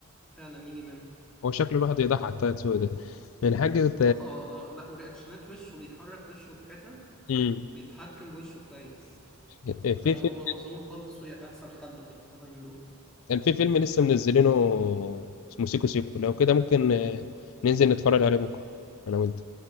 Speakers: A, in the centre; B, on the left (about 75°).
A: فعلا يجي منه
B: هو شكله الواحد يضحك طه دسوقي ده من حاجة
A: <laughs> اه اه آه، لا ورياكشنات وشه بيحرك وشه في حتت
B: امم
A: بيتحكم بوشه كويس
B: في
A: فلا
B: فيلم
A: هو اظن طه الدسوقي احسن حد في اللي طالعين دول
B: كان في فيلم لسه منزلينه اسمه سيكو سيكو لو كده ممكن آه، ننزل نتفرج عليه بكرة أنا وأنت